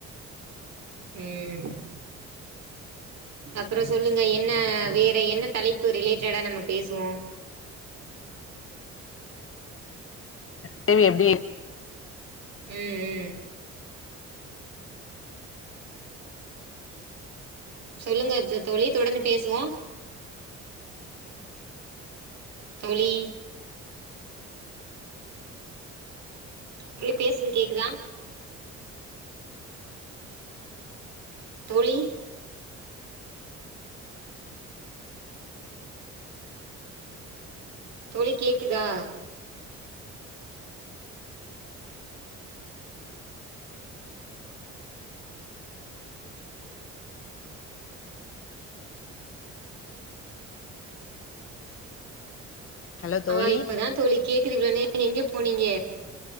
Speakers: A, on the right; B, on the left.
A: ம் அப்றம் சொல்லுங்க. என்ன வேற, என்ன தலைப்பு ரிலேட்டடா நம்ம பேசுவோம்.
B: தேவி எப்டி
A: ம் ம் சொல்லுங்க தோ தோழி தொடந்து பேசுவோம் தோழி எங்க பேசுறது கேக்குதா தோழி தோழி கேக்குதா
B: ஹலோ தோழி
A: அ இப்பதான் தோழி கேக்குது இவ்ளோன்னேர எங்க போனீங்க